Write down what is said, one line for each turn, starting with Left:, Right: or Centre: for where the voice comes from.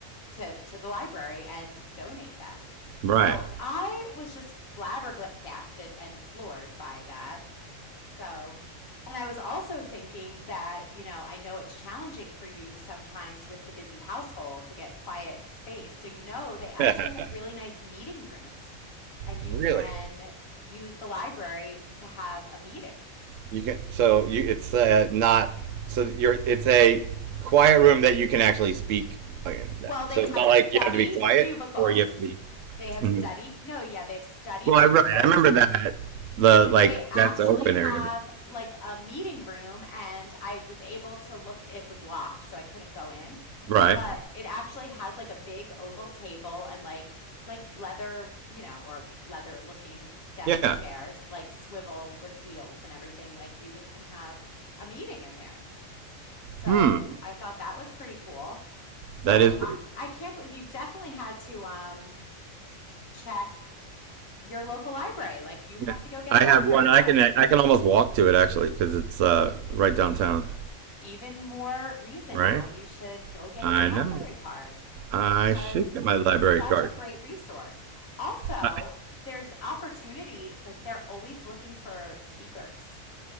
Left: to to the library and donate them.
Right: Right.
Left: So I was just flabbergasted and floored by that. So, and I was also thinking that, you know, I know it's challenging for you sometimes with the busy household to get quiet space. So, you know, they actually
Right: <laughs>
Left: have really nice meeting rooms and
Right: really?
Left: you can use the library to have a meeting.
Right: You can so you it's uh, not so you're it's a quiet room that you can actually speak in.
Left: Well, they
Right: So
Left: have
Right: it's not
Left: study
Right: like you have to be quiet
Left: cubicles.
Right: or you have to be.
Left: They have
Right: Mhm.
Left: study, no, yeah, they have study
Right: Well,
Left: cubicles,
Right: I, right. I remember that the
Left: but
Right: like
Left: they actually
Right: that's the open
Left: have
Right: area.
Left: like a meeting room and I was able to look, it was locked, so I couldn't go in
Right: Right.
Left: but it actually has like a big oval table and like like leather, you know, or leather looking desk
Right: Yeah.
Left: chairs, like swivel with wheels and everything. Like you can have a meeting in there. So
Right: Hmm.
Left: I thought that was pretty cool. So
Right: That is pretty.
Left: I I can't believe you've definitely had to um check your local library. Like you
Right: Yeah.
Left: have to go get
Right: I
Left: a library
Right: have one.
Left: card.
Right: I can I can almost walk to it actually because it's uh right downtown.
Left: even more reason
Right: Right.
Left: why you should go get
Right: I
Left: your library
Right: know.
Left: card
Right: I
Left: because
Right: should get my library
Left: it's such
Right: card.
Left: a great resource. Also,
Right: I,
Left: there's opportunity, like they're always looking for speakers.